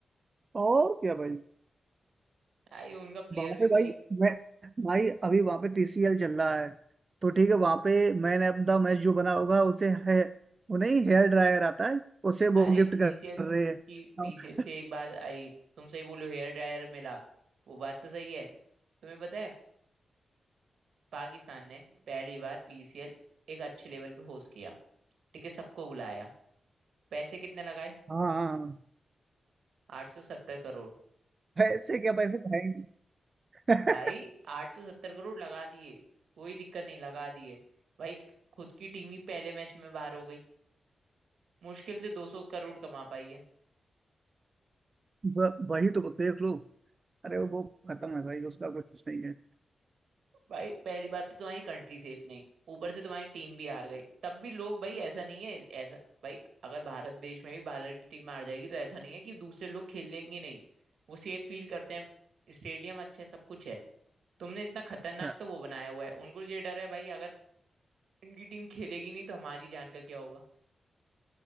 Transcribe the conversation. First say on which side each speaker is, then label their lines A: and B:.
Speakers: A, on the right (about 40°); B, on the right (about 85°).
A: और क्या भाई
B: आई उनका प्लेयर
A: वहां
B: भी
A: पे भाई
B: भाई
A: मैं भाई अभी वहां पे पीसीएल चल रहा है तो ठीक है वहां पे मैंने अपना मैच जो बना होगा उसे है वो नहीं हेयर ड्रायर आता है उसे
B: अरे
A: वो गिफ्ट
B: पीसीएल
A: कर रहे हैं
B: की पीसीएल
A: अब-
B: से एक बात आई तुम सही बोलो हेयर ड्रायर मिला वो बात तो सही है तुम्हें पता है पाकिस्तान ने पहली बार पीसीएल एक अच्छे लेवल पे होस्ट किया ठीक है सबको बुलाया पैसे कितने लगाए
A: हाँ हाँ हाँ।
B: आठ सौ सत्तर करोड़
A: पैसे क्या पैसे खाएंगे
B: भाई
A: <laughs>
B: आठ सौ सत्तर करोड़ लगा दिए कोई दिक्कत नहीं लगा दिए भाई खुद की टीम ही पहले मैच में बाहर हो गई मुश्किल से दो सौ करोड़ कमा पाई है
A: ब- वही तो देख लो अरे वो खत्म है भाई उसका कुछ नहीं है
B: भाई पहली बात तो तुम्हारी कंट्री सेफ नहीं ऊपर से तुम्हारी टीम भी हार गई तब भी लोग भाई ऐसा नहीं है ऐसा भाई अगर भारत देश में भी भारत की टीम हार जाएगी तो ऐसा नहीं है कि दूसरे लोग खेलेंगे नहीं वो सेफ फील करते हैं स्टेडियम अच्छा है सब कुछ है तुमने इतना खतरनाक
A: स-
B: तो वो बनाया हुआ है उनको ये डर है भाई अगर इनकी टीम खेलेगी नहीं तो हमारी जान का क्या होगा